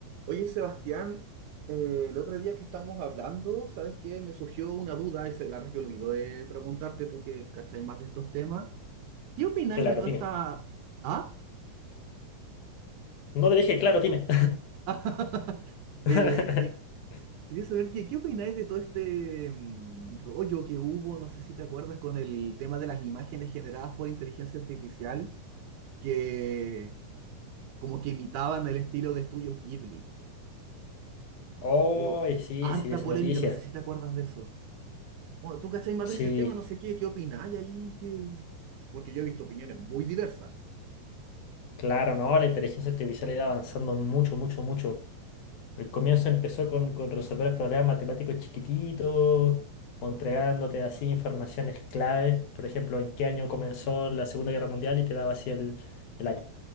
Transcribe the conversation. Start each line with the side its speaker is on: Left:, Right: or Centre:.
Right: Oye, Sebastián, eh, el otro día que estamos hablando, ¿sabes qué? Me surgió una duda y se, la verdad es que olvidó preguntarte, tú que cacháis más de estos temas. ¿Qué opináis
Left: Claro,
Right: de toda
Left: dime.
Right: esta... ¿Ah?
Left: No te dije, claro, dime.
Right: <laughs> Eh,
Left: <laughs>
Right: eh, quería saber qué, qué opináis de todo este mm, rollo que hubo, no sé si te acuerdas, con el tema de las imágenes generadas por inteligencia artificial que como que imitaban el estilo de estudios Ghibli.
Left: Oh,
Right: Hubo
Left: sí,
Right: harta
Left: sí, vi esa
Right: polémica,
Left: noticia.
Right: no sé si te acuerdas de eso. Bueno, tú cachai más
Left: Sí,
Right: de ese tema, no sé qué, qué opináis ahí, que... porque yo he visto opiniones muy diversas.
Left: claro, no, la inteligencia artificial ha ido avanzando mucho, mucho, mucho. El comienzo empezó con, con resolver problemas matemáticos chiquititos, o entregándote así informaciones clave. Por ejemplo, en qué año comenzó la Segunda Guerra Mundial y te daba así el, el año.